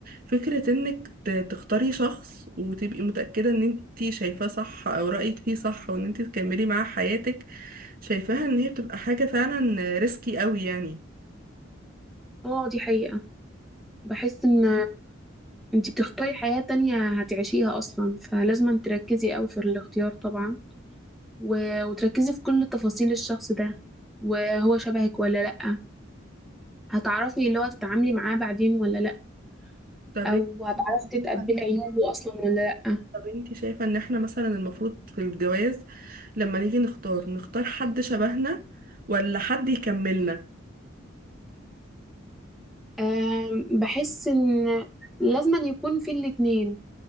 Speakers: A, on the right; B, in the centre.
A: فكرة انك ت- تختاري شخص وتبقي متأكدة ان انتي شايفاه صح او رأيك فيه صح وان انتي تكملي معاه حياتك شايفاها ان هي بتبقى حاجة فعلا ريسكي قوي يعني
B: اه دي حقيقة بحس ان انتي بتختاري حياة تانية هتعيشيها اصلا فلازم تركزي قوي في الاختيار طبعا و... وتركزي في كل تفاصيل الشخص ده وهو شبهك ولا لأ هتعرفي اللي هو تتعاملي معاه بعدين ولا لأ
A: طب
B: او هتعرفي
A: انت
B: تتقبلي عيوبه اصلا ولا لأ
A: طب انت شايفة ان احنا مثلا المفروض في الجواز لما نيجي نختار نختار حد شبهنا ولا حد يكملنا
B: أم بحس ان لازم يكون في الاتنين